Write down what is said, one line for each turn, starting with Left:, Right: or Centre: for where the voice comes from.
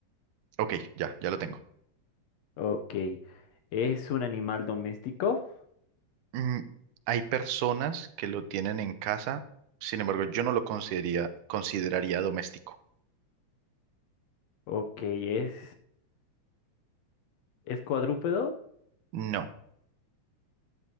Right: ok, ya, ya lo tengo.
Left: Ok, ¿es un animal doméstico?
Right: Mm, hay personas que lo tienen en casa, sin embargo, yo no lo consideraría, consideraría doméstico.
Left: Ok, ¿es, es cuadrúpedo?
Right: No,